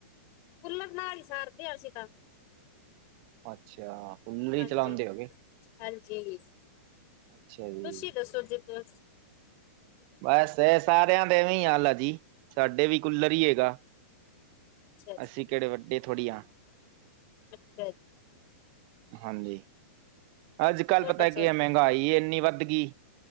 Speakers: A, on the left; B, on the right.
A: ਕੁੁੱਲਰ ਨਾਲ ਹੀ ਸਾਰਦੇ ਹਾਂ ਅਸੀਂ ਤਾਂ।
B: ਅੱਛਾ ਕੂਲਰ ਹੀ
A: ਹਾਂਜੀ,
B: ਚਲਾਉਂਦੇ ਹੋਗੇ
A: ਹਾਂਜੀ।
B: ਅੱਛਾ ਜੀ
A: ਤੁਸੀਂ ਦੱਸੋ ਜੀ ਕੋਛ?
B: ਬਸ ਏ ਸਾਰਿਆਂ ਦੇ ਐਵੇਂ ਈ ਹਾਲ ਆ ਜੀ ਸਾਡੇ ਵੀ ਕੁਲਰ ਈ ਹੈਗਾ।
A: ਅੱਛਾ ਜੀ,
B: ਅਸੀਂ ਕੇੜੇ ਵੱਡੇ ਥੋੜ੍ਹੀ ਆ।
A: <unintelligible>
B: ਹਾਂਜੀ ਅੱਜ ਕੱਲ੍ਹ
A: ਹੋਰ
B: ਪਤਾ
A: ਦੱਸੋ
B: ਕੀ
A: ਜੀ?
B: ਆ ਮੈਂਗਾਈ ਏਨੀ ਵੱਧਗੀ।